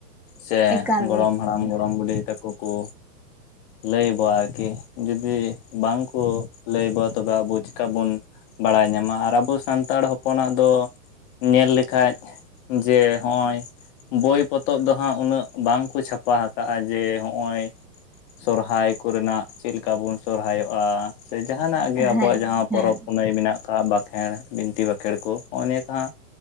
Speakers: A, on the left; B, in the centre.
A: ᱥᱮ
B: ᱮᱠᱟᱞ
A: ᱜᱚᱲᱚᱢ
B: ᱜᱮ ᱮᱠᱟᱞ
A: ᱦᱟᱲᱟᱢ
B: ᱜᱮ
A: ᱜᱚᱲᱚᱢ ᱵᱩᱰᱦᱤ ᱛᱟᱠᱦ ᱠᱩ᱾
B: <inaudible>
A: ᱞᱟᱹᱭᱟᱵᱚᱣᱟ ᱟᱨᱠᱤ ᱡᱩᱫᱤ ᱵᱟᱝᱠᱚ ᱞᱟᱹᱭᱵᱚ ᱛᱚᱵᱮ ᱟᱵᱚ ᱪᱤᱠᱟᱛᱮᱵᱚᱱ ᱵᱟᱲᱟᱭ ᱧᱟᱢᱟ ᱟᱨ ᱟᱵᱚ ᱥᱟᱱᱛᱟᱲ ᱦᱚᱯᱚᱱᱟᱜ ᱫᱚ ᱧᱮᱞ ᱞᱮᱠᱷᱟᱡ ᱡᱮ ᱦᱚᱜ-ᱚᱭ ᱵᱳᱭ ᱯᱚᱛᱚᱵ ᱫᱚ ᱦᱟᱸᱜ ᱩᱱᱟᱹᱜ ᱵᱟᱝᱠᱚ ᱪᱷᱟᱯᱟ ᱦᱟᱠᱟᱜ-ᱟ ᱡᱮ ᱦᱚᱸᱜ-ᱚᱭ ᱥᱚᱨᱦᱟᱭ ᱠᱚᱨᱮᱱᱟᱜ ᱪᱮᱜᱞᱮᱠᱟ ᱵᱚᱱ ᱥᱚᱨᱦᱟᱭᱚᱜ-ᱟ, ᱥᱮ ᱡᱟᱦᱟᱱᱟᱜ ᱜᱮ ᱟᱵᱚᱣᱟᱜ
B: ᱦᱮᱸ
A: ᱡᱟᱦᱟᱸ
B: ᱦᱮᱸ
A: ᱯᱚᱨᱚᱵᱽ᱾ ᱯᱩᱱᱟᱹᱭ ᱢᱮᱱᱟᱜ ᱟᱠᱟᱫ ᱵᱟᱸᱠᱷᱮᱲ ᱵᱤᱱᱛᱤ ᱵᱟᱸᱠᱷᱮᱲ ᱠᱚ ᱦᱚᱨᱚᱭᱟ ᱱᱤᱭᱟᱹ ᱠᱚᱦᱟᱜᱼᱼ